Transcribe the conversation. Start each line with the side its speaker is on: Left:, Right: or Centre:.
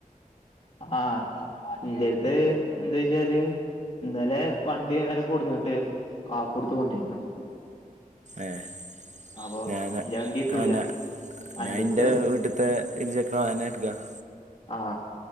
Left: ആ, ഇന്റെട്ത്ത് ന്ത് വെച്ചാല് ഇന്നലെ വണ്ടി നേരെ കൊടെന്നിട്ട് കാക്കു എടുത്ത് കൊണ്ടോയിന്
Right: ഏഹ്
Left: അപ്പൊ
Right: ഞാൻ
Left: ഇന്റെ വണ്ടി കിട്ടൂല
Right: ആഹ് ഞ
Left: അന്റെടുത്ത്
Right: ഞാന എൻ്റെ വീട്ടിൽ <unintelligible>
Left: ആഹ്